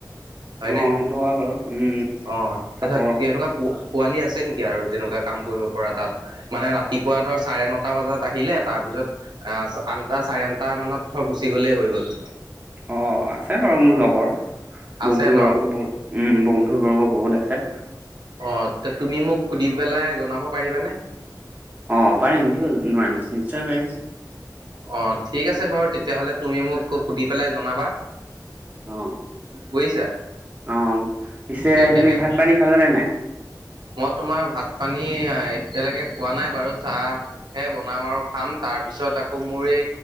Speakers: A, on the right; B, on the right.
A: হয়নে,
B: অ সেইটো হয় বাৰু উম
A: অ', তাছত
B: কাপোৰৰ
A: তেনেকুৱা পো পোৱালি আছে নেকি আৰু তেনেকুৱা কাম কৰিব পৰা তাত, মানে ৰাতিপুৱা ধৰ চাৰে নটা বজাত আহিলে, তাৰ পিছত, আ-আঠটা চাৰে আঠটা মানত থ', গুচি গ'লেই হৈ গ'ল।
B: অ', আছে বাৰু মোৰ লগৰ।
A: আছে
B: বন্ধুবৰ্গ
A: ন?
B: বহুত, উম', বন্ধুবৰ্গ বহুত আছে।
A: অ', তুমি মোক, সুধি পেলাই জনাব পাৰিবানে?
B: অ', পাৰিম, কিয় নোৱাৰিম, নিশ্চয় পাৰিম।
A: অ', ঠিক আছে বাৰু তেতিয়াহ'লে তুমি মোক, সুধি পেলাই জনাবা।
B: অ
A: বুজিছা?
B: অ, পিছে,
A: এ কেনে
B: তুমি ভাত পানী খালানে নাই?
A: মই তোমাৰ, ভাত পানী এতিয়ালৈকে খোৱা নাই বাৰু চাহহে, বনাম আৰু খাম, তাৰপিছত আকৌ মোৰ এ